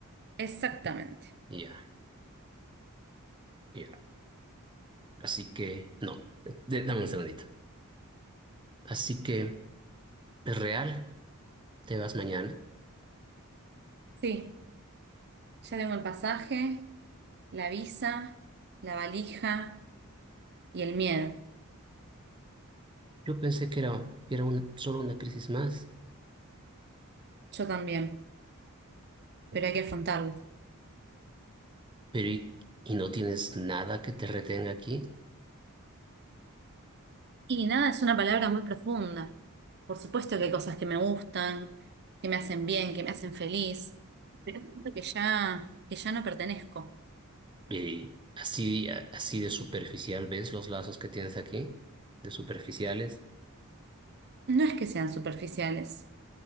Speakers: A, on the right (about 50°); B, on the right (about 20°).
A: Exactamente.
B: Ya, ya. Así que, no, de- dame un segundito. Así que, ¿es real? ¿Te vas mañana?
A: Sí, ya tengo el pasaje, la visa, la valija y el miedo.
B: Yo pensé que era, que era una- solo una crisis más.
A: Yo también, pero hay que afrontarlo.
B: Pero y, y no tienes nada que te retenga aquí.
A: Y nada, es una palabra muy profunda. Por supuesto que hay cosas que me gustan, que me hacen bien, que me hacen feliz, pero siento que ya, que ya no pertenezco.
B: Y así, a- así de superficial, ¿ves los lazos que tienes aquí? De superficiales.
A: No es que sean superficiales,